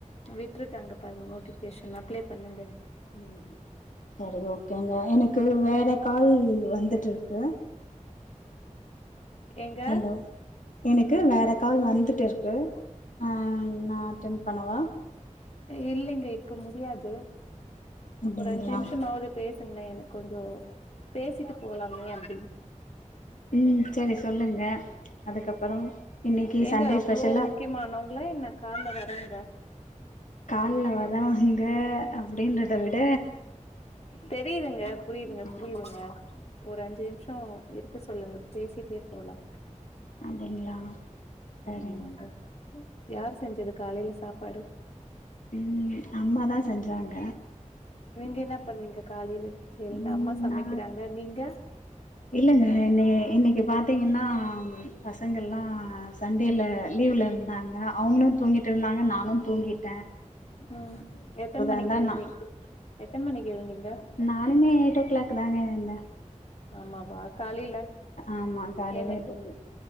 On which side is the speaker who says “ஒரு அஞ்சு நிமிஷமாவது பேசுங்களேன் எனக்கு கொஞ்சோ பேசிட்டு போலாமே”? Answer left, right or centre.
Left